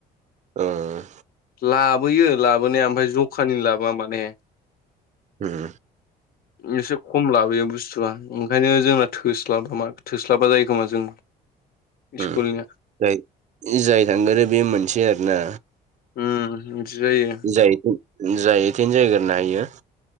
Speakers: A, on the right; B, on the left.
A: ओं।
B: लाबोयो लाबोनाया ओमफ्राय जखानि लाबोआ माने।
A: उम
B: एसे खम लाबोयो बुस्थुआ ओंखायनो जोंना थोस्लाबा। थोस्लाबा जायो खोमा जों
A: उम
B: स्कुलनिया
A: जाय जाय थांगोरो बे मोनसे आरोना?
B: उम बिदि जायो।
A: जाय एतेन जाय एतेन जायग्रोनो हायो।